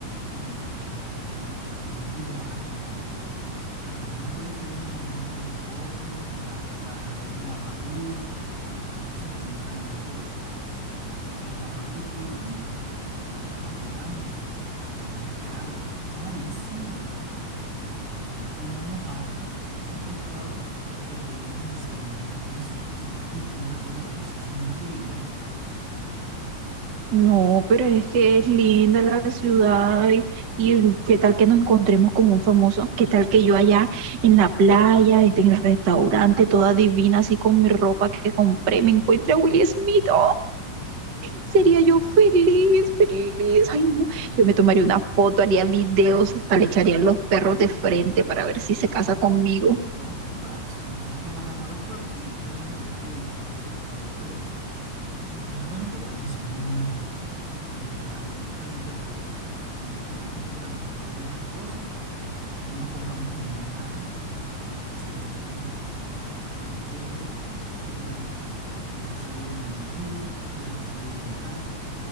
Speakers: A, on the right (about 85°); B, on the right (about 65°).
A: no, y Cartagena, ¿qué destino vas a coger tú? Cartagena puede ser muy bonito en fotos, la, is- la isla Barú y otras cosas que muestran allá, pero eh, la parte oculta La estás olvidando. Cartagena es caro, es carísimo. Allá una mojarra, que es un pescado, te lo venden en cien mil pesos, que son casi 30 dólares. Eso es mucho dinero.
B: No, pero es que es linda la ciudad y, y mm, qué tal que nos encontremos con un famoso, qué tal que yo allá en la playa, esté en el restaurante, toda divina, así con mi ropa que compré, me encuentre a Will Smith. Oh, sería
A: Mm,
B: yo feliz, feliz. Ay, no,
A: No,
B: yo me tomaría una foto, haría videos, hasta le echaría a los perros de frente para ver si se casa
A: mm,
B: conmigo.
A: no, para eso mejor te vas al aeropuerto y esperas a ver que uno pase por ahí, pero, pero solamente para eso. No, de verdad, en esta no te apoyo. En esta tenemos que planificar bien las cosas, no nos pongamos a inventar, hay que sacar cuentas. sacar cuenta porque hay que pagar el recibo de la energía, el recibo del gas,